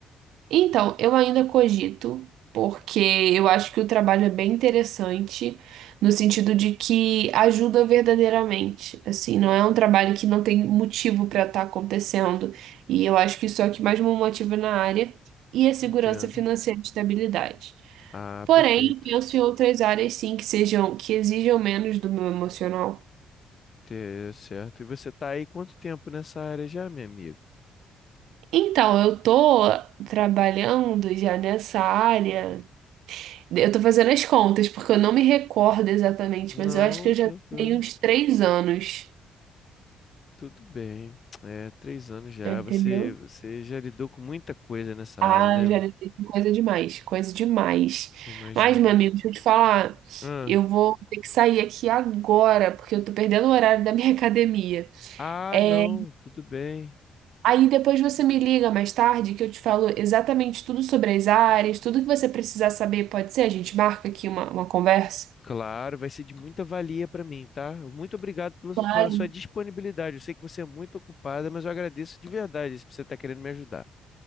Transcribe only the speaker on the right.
Então, eu ainda cogito, porque eu acho que o trabalho é bem interessante, no sentido de que ajuda verdadeiramente. Assim, não é um trabalho que não tem motivo para estar acontecendo. E eu acho que isso é o que mais me motiva na área e a segurança
financeira e estabilidade.
Porém,
eu penso em outras áreas sim que sejam, que exijam menos do meu emocional.
Então, eu tô trabalhando já nessa área. Eu tô fazendo as contas, porque eu não me recordo exatamente,
mas eu acho que eu
já tenho uns três anos,
já entendeu?
Ah,
eu
já lidei com coisa demais, coisa demais.
Mas, meu amigo, deixa eu te falar,
eu vou ter que sair aqui agora, porque eu tô perdendo o horário da minha <laughs> academia.
É,
aí depois você me liga mais tarde, que eu te falo exatamente tudo sobre as áreas, tudo que você precisar saber, pode ser? A gente marca aqui uma, uma conversa?
Claro.